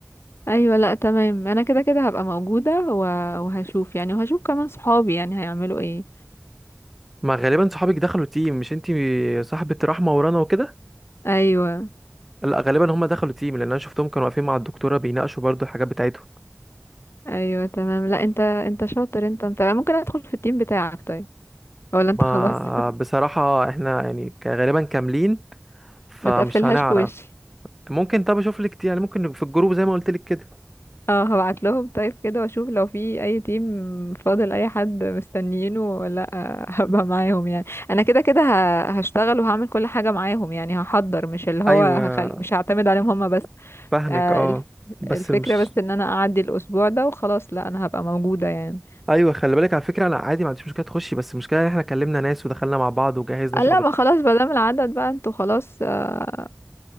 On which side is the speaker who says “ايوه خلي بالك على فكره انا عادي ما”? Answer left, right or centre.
Centre